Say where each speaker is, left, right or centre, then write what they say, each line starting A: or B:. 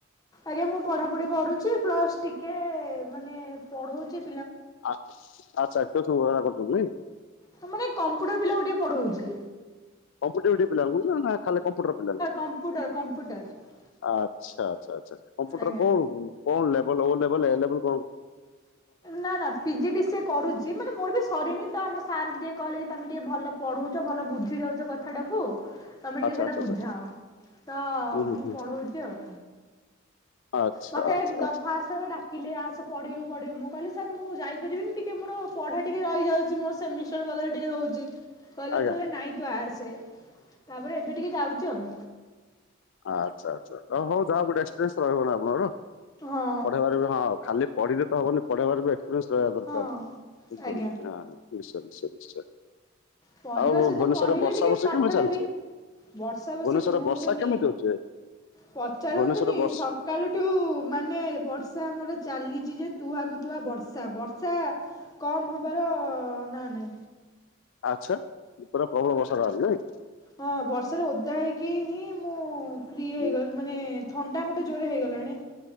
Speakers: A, on the left; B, on the left.
A: ଆଜ୍ଞା ମୁଁ ପଢାପଢି କରୁଛି, ପ୍ଲସ୍ ଟିକେ ମାନେ ପଢଉଛି
B: ଆ ଆ କରୁଛନ୍ତି ନାଇଁ?
A: ତ ମାନେ କମ୍ପୁଟର ପିଲା ଟିକେ ପଢଉଛି।
B: କମ୍ପଟି ପିଲାଙ୍କୁ ନା ଖାଲି କମ୍ପ୍ୟୁଟର ପିଲା?
A: କମ୍ପ୍ୟୁଟର କମ୍ପ୍ୟୁଟର
B: ଆଛା ଆଚ୍ଛା ଆଛା କମ୍ପୁଟର
A: ଆଜ୍ଞା
B: କଣ ଲେବେଲ ଓ ଲେବେଲ, ଏ ଲେବେଲ?
A: ନା ନା ପିଜି ସି କରୁଛି ମାନେ ମୋର ବି ସରିନି ତ ଆମ ସାର୍ ଟିକିେ କହିଲେ, କି ତୁମେ ଟିକିେ ଭଲ ପଢ଼ାଉଛ ଭଲ ବୁଝି ଯାଉଛ କଥାଟାକୁ ତମେ ଟିକେ
B: ଆଚ୍ଛା
A: ସେଇଟା
B: ଆଚ୍ଛା ଆଚ୍ଛା
A: ବୁଝାଅ, ତ
B: ହୁଁ ହୁଁ
A: ମୁଁ
B: ହୁଁ
A: ପଢଉଛି ଆଉ।
B: ଆଚ୍ଛା
A: ମତେ
B: ଆଚ୍ଛା
A: ଦଫା ଆସ ଡାକିଲେ ଆସ ପଢିବ? ପଢିବ ମୁଁ କହିଲି ସାର୍ ମୁଁ ଯାଇପାରିବିନିି ଟିକେ ମୋର ପଢା ଟିକେ ରଯାଉଛି ମୋ ସେ ଟିକେ ରହୁଛି କହପ
B: ଆଜ୍ଞା
A: ନାଇ ତାପରେ ଏବେ ଟିକେ ଯାଉଛୁ ଆଉ।
B: ଆ ହଉ ଯାହା ଗୋଟେ ଏକ୍ସପିରିଏସ ରହିବନା, ଆପଣର
A: ହଁ
B: ପଢ଼େଇବାରେ ହଁ ଖାଲି ପଢ଼ିଲେ ତ ହବନି ପଢ଼େଇବାର ବି ଏକ୍ସପିରିଏନ୍ସ ରହିବା ଦରକାର
A: ହଁ।
B: ବୁଝିପାରିଲେ
A: ଆଜ୍ଞା
B: ନିଶୟ ନିଶ୍ଚୟ ନିଶ୍ଚୟ।
A: ପଢ଼ିବା
B: ଆଉ
A: ସହିତ
B: ଭୁବନେଶ୍ୱରରେ
A: ପଢ଼େଇଲେ
B: ବର୍ଷା
A: ଟିକେ
B: ବର୍ଷି
A: ପାଠ
B: କେମିତି ଚାଲିଛି
A: ଟା ବି ବର୍ଷା ବସି
B: ଭୁବନେଶ୍ୱରରେ
A: କୁହନ୍ତୁନି।
B: ବର୍ଷା କେମିତି ହଉଛି
A: ପଚାରନ୍ତୁନି
B: ଭୁବନେଶ୍ୱରରେ ବର୍ଷା
A: ସକାଳୁଠୁ ମାନେ ବର୍ଷା ଆମର ଚାଲିଛି ଯେ ତୁଆ କୁ ତୁଆ ବର୍ଷା ବର୍ଷା କମ ହବାର ନା ନାଇଁ?
B: ଆଚ୍ଛା ପୁରା ପ୍ରବଳ ବର୍ଷା ତାହେଲେ ନାଇଁ?
A: ହଁ ବର୍ଷାରେ ଓଧା ହେଇକି ହିଁ ମୁଁ ମୁଁ ଫ୍ରି ହେଇଗଲି
B: ହୁଁ,
A: ମାନେ ଥଣ୍ଡା ମୋତେ ଜୋରରେ ହେଇଗଲାଣି